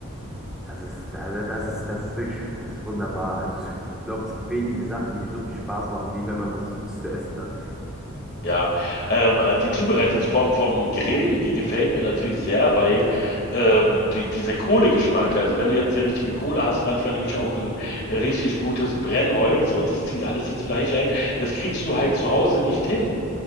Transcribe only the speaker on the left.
Ja, ähm, äh, die Zubereitungsform vom Grillen, die gefällt mir natürlich sehr, weil ähm, die, diese Kohlegeschmack, also wenn du jetzt die richtige Kohle hast, manchmal nehme ich
auch ein richtig gutes Brennholz und es zieht alles ins Fleisch ein, das kriegst du halt zu Hause nicht hin.